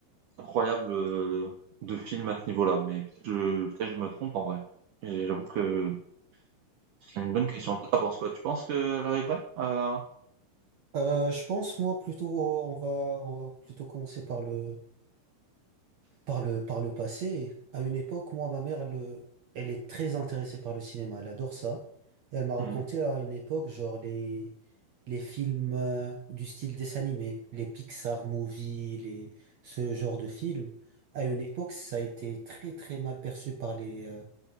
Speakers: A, on the right (about 75°); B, on the right (about 60°).
A: incroyable euh, de film à ce niveau-là. Mais peut-être que- je, peut-être que je me trompe en vrai. Et j'avoue que c'est une bonne question. Toi, t'en penses quoi? Tu penses qu'elle arriverait à...
B: Euh, je pense, moi, plutôt, on va, on va plutôt commencer par le, par le, par le passé. À une époque, moi, ma mère, elle, elle est très intéressée par le cinéma. Elle adore ça. Et elle m'a raconté
A: Mhm.
B: à une époque, genre, les, les films, euh, du style dessin animé, les Pixar movies, les, ce genre de films. À une époque, ça a été très, très mal perçu par les, euh,